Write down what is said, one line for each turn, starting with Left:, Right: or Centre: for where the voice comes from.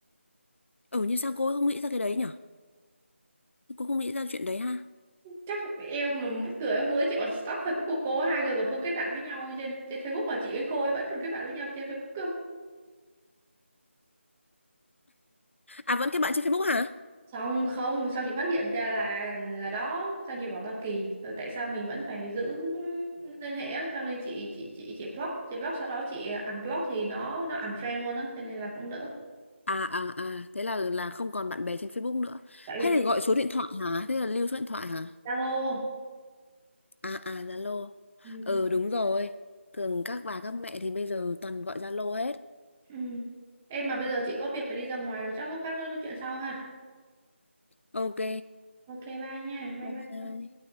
Left: ừ như sao cô ấy không nghĩ ra cái đấy nhở cô không nghĩ ra chuyện đấy ha
Centre: chắc em mà mắc cười hôm bữa chị còn stalk Facebook của cô ấy, hai người còn không kết bạn với nhau trên trên Facebook mà chị với cô ấy vẫn còn kết bạn với nhau trên Facebook cơ
Left: à vẫn cái bạn trên Facebook hả
Centre: xong không xong chị phát hiện ra là là đó xong chị bảo là kỳ rồi tại sao mình vẫn phải giữ liên hệ á xong nên chị chị chị chị block chị block sau đó chị unblock thì nó nó unfriend luôn á cho nên là cũng đỡ
Left: à à à thế là là không còn bạn bè trên Facebook nữa
Centre: tại
Left: hay
Centre: vì
Left: là
Centre: chị
Left: gọi số điện thoại hả thế là lưu số điện thoại hả
Centre: Zalo
Left: à à Zalo
Centre: ừ.
Left: ừ đúng rồi thường các bà các mẹ thì bây giờ toàn gọi Zalo hết
Centre: ừ. em mà bây giờ chị có việc phải đi ra ngoài rồi chắc lúc khác nữa nói chuyện sau ha
Left: ok
Centre: ok bye nha bye
Left: bye
Centre: bye
Left: bye